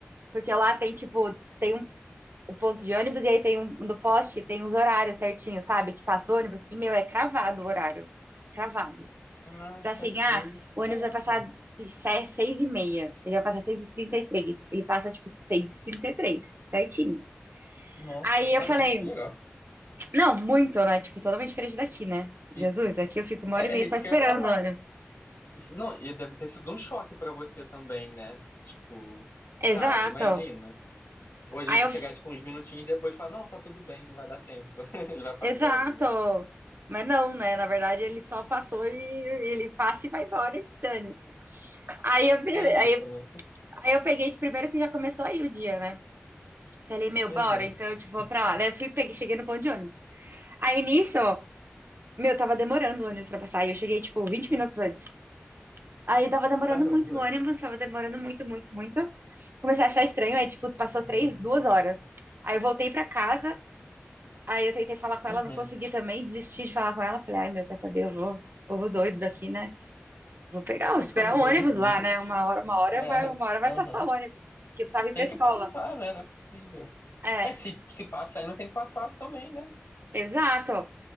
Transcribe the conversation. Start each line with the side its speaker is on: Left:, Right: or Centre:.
Right: Porque lá tem, tipo, tem um o ponto de ônibus e aí tem um no poste tem os horários certinhos, sabe? Que passa o ônibus e meu é cravado o horário, cravado.
Left: Ah,
Right: Então
Left: saquei.
Right: assim, ah, o ônibus
Left: Caramba.
Right: vai passar se- se- seis e meia, ele vai passar seis e trinta e três, ele passa tipo seis e trinta e três, certinho.
Left: Nossa,
Right: Aí eu
Left: caramba,
Right: falei,
Left: que legal.
Right: não, muito, né? Tipo, totalmente diferente daqui, né?
Left: E
Right: Jesus, aqui eu fico uma
Left: é,
Right: hora e meia
Left: é isso
Right: só esperando
Left: que eu ia falar.
Right: o ônibus.
Left: Não, e deve ter sido um choque pra você também, né? Tipo,
Right: Exato.
Left: cara, imagina. Hoje
Right: Aí
Left: aí você
Right: eu,
Left: chegar, tipo, uns minutinhos depois e falar, não, tá tudo bem, vai dar tempo. <laughs> Ele vai passar
Right: exato.
Left: ainda, né?
Right: Mas não, né? Na verdade, ele só passou e e ele passa e vai embora e dane. Aí eu, bele-
Left: É isso,
Right: aí
Left: né?
Right: Aí eu peguei, primeiro que já começou aí o dia, né? Falei, meu,
Left: Uhum.
Right: bora, então, tipo, vou pra lá. Daí eu fui, peguei, cheguei no ponto de ônibus. Aí nisso, meu, tava demorando o ônibus pra passar. E eu cheguei, tipo, 20 minutos antes. Aí tava demorando
Left: Caramba.
Right: muito o ônibus, tava demorando muito, muito, muito. Comecei a achar estranho, aí, tipo, passou três, duas horas. Aí eu voltei pra casa, aí eu tentei falar com
Left: Uhum.
Right: ela, não consegui também, desisti de falar com ela. Falei, ai, meu, quer saber, eu vou, povo doido daqui, né? Vou pegar, vou
Left: <laughs>
Right: esperar o ônibus
Left: Vou dormir.
Right: lá, né? Uma hora, uma hora
Left: É.
Right: vai, uma hora vai
Left: Uhum.
Right: passar o ônibus, que eu precisava ir pra
Left: Tem
Right: escola.
Left: que passar, né? Não é possível.
Right: É.
Left: É, se, se passa ainda tem que passar também, né?
Right: Exato.